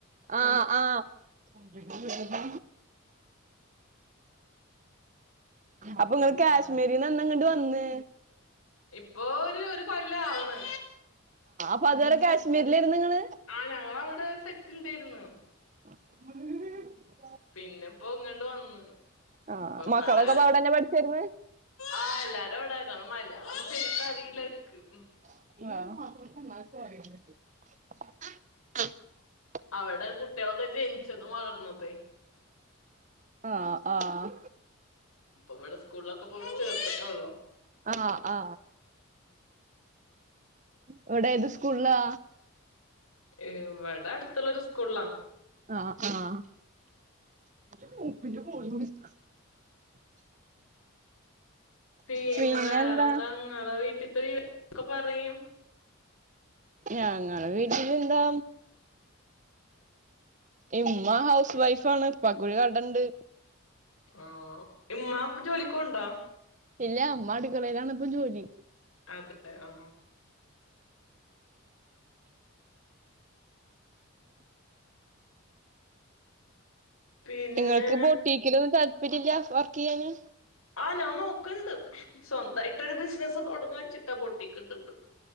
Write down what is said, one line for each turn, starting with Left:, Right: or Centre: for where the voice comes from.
Right: ആഹ
Left: ആ
Right: ആഹ അപ്പൊ നിങ്ങള് കാശ്മീരിന്ന്ന്നങ്ങട്ട് വന്ന്
Left: ഇപ്പൊ ഒരു ഒരു കൊല്ല ആണ്
Right: പ്പതുവരെ കാശ്മീരിലേര്ന്ന്ങ്ങള്
Left: ആ ഞങ്ങളവിടെ സെറ്റിൽഡായിര്ന്ന്
Right: <unintelligible>
Left: പിന്നെപ്പോ ഇങ്ങട്ട് വന്ന്
Right: ആഹ്
Left: ഇപ്പംവടെ
Right: മക്കളൊക്കെ ഇപ്പൊ അവിടെന്നെ പഠിച്ചേര്ന്ന്
Left: ആ എല്ലാരു അവിടാക്കാണ മലയാളം ശെരിക്കറിയില്ലര്ക്ക് ഉം
Right: <unintelligible>
Left: അവടെ കുട്ട്യേളൊക്കെ ജനിച്ചതും വളർന്നതെ
Right: ആഹ് ആഹ്
Left: ഇപ്പ ഇവള് സ്കൂൾലൊക്കെ ഇപ്പ ഇവിടെ ചേർത്തട്ടൊള്ളു
Right: ആ ആ ഇവടേത് സ്കൂൾലാ
Left: ഇവിടെ അടുത്തുള്ളൊരു സ്കൂളിലാ
Right: ആ ആ <unintelligible>
Left: പീന്നെ
Right: പിന്നെന്താ
Left: വേറെന്താ ങ്ങളെ വീട്ടിത്തെ വിവ ക്കെ പറയും
Right: ഞങ്ങളെ വീട്ടിലെന്താ ഇമ്മ ഹൗസ് വൈഫാണ് ഇപ്പാക്കൊര് കടണ്ട്
Left: ആ ഇമ്മാപ്പൊ ജോലിക്കോണ്ടാ
Right: ഇല്ല അമ്മ അടുക്കളേലാണപ്പം ജോലി
Left: അതെ ഓ പിന്നെ
Right: ഇങ്ങൾക്ക് ബോട്ടിക്കിലൊന്നു താല്പര്യല്ല്യ വർക്കെയ്യാന്
Left: ആഹ് ഞാൻ നോക്കണ്ട് സ്വന്തായിട്ടൊരു ബിസിനസ് തുടങ്ങാചിട്ടാ ബൊട്ടിക്ക്ട്ട്ട്